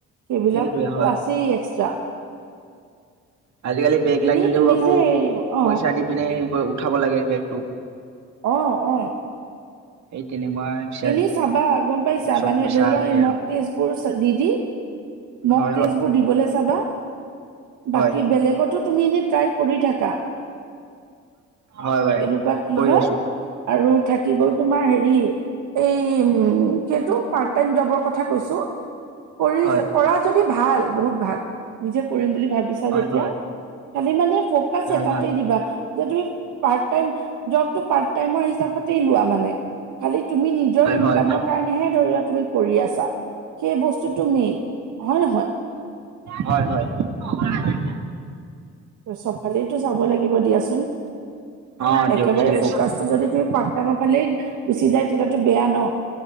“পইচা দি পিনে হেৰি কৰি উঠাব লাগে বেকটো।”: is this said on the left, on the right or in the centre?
Right